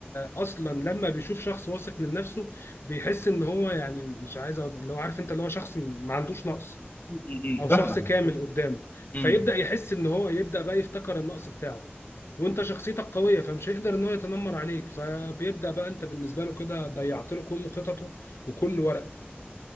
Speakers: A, on the left; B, on the left.
A: اصلا لما بيشوف شخص واثق من نفسه بيحس ان هو يعني مش عايز أقعد- اللي هو عارف انت اللي هو شخص ما عندوش نقص
B: م- م- م.
A: او
B: فاهمه
A: شخص كامل قدامه
B: م.
A: فيبدأ يحس ان هو يبدأ بقى يفتكر النقص بتاعه وانت شخصيتك قوية فمش هيقدر ان هو يتنمر عليك فبيبدأ بقى انت بالنسبة له كده ضيعت له كل خططه وكل ورقه